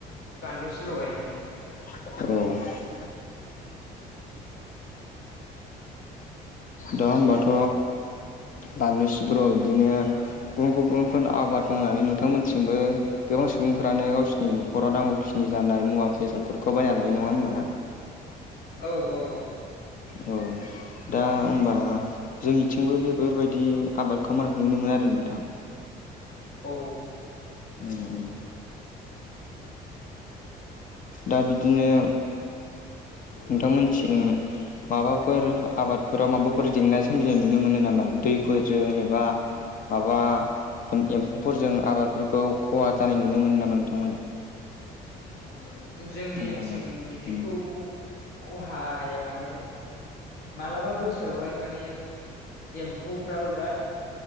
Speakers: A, on the left (about 70°); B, on the left (about 50°).
A: बानलु सिब्र गायनानै
B: औ दा होमबाथ' बानलु सिब्रआ इदिनो गुबुन गुबुनफोन आबाद मावनानै नोंथांमोनथिंबो गोबां सुबुंफ्रानो गावसिनि न'खराव नांगौखिनि जानाय मुवा बेसादफोरखौ बायना लायो नङा होमबा?
A: औ औ
B: औ दा ओमबा जोंनिथिंबो बेफोरबायदि आबादखौ मायखौनो नुनो मोना आरो नोंथां।
A: औ।
B: उम उम। दा बिदिनो नोंथांमोननिथिं माबाफोर आबादफोराव माबाफोर जेंना सोमजिनाय नुनो मोनो नामा दैफोरजों एबा माबा एम एम्फौफोरजों आबादफोरखौ खहा जानाय नुनो मोनो नामा नोंथांमोना? <unintelligible>
A: जोंनिथिं
B: नोंथाङा
A: बिदिखौ
B: उम
A: खहाया माने मालाबा बोसोरावहाय माने एम्फौफ्राबो बिराद